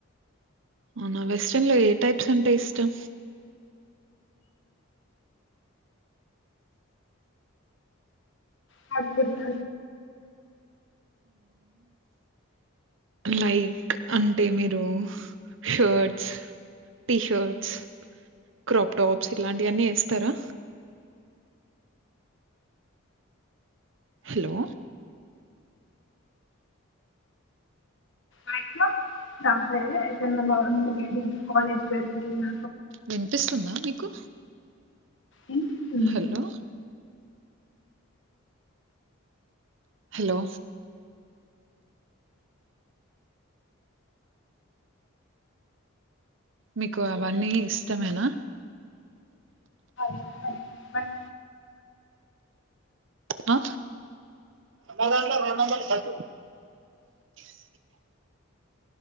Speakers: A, on the right; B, on the left.
A: అవునా వెస్ట్రన్ లో ఏ టైప్స్ అంతే ఇష్టం
B: పాట్కుడుత
A: లైక్ అంటే మీరు షర్ట్స్, టీషర్ట్స్, క్రాప్ టాప్స్ ఇలాంటి అన్నీ వేస్తారా హలో
B: ఆ ఇగ రాబ్బే అద డి కాలేజ్ బగున్న
A: వినిపిస్తుందా మీకు
B: అనిపిస్తుంది
A: హలో హలో మీకు అవన్నీ ఇష్టమేనా
B: ఇష్టం బట్
A: ఆ అ రోడ్ నంబర్ స స్